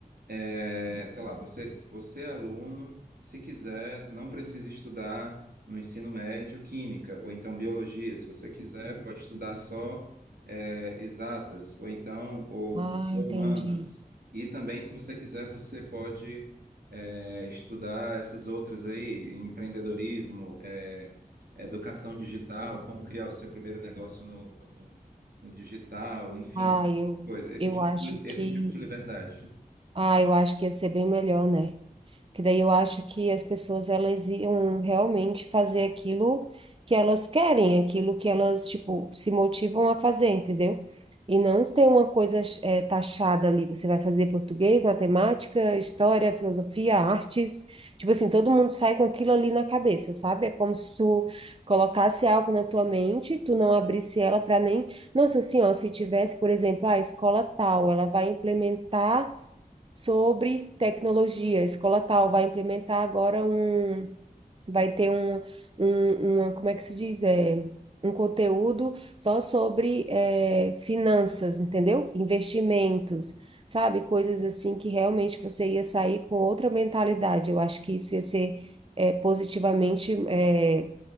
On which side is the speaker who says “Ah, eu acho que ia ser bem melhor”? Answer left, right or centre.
Right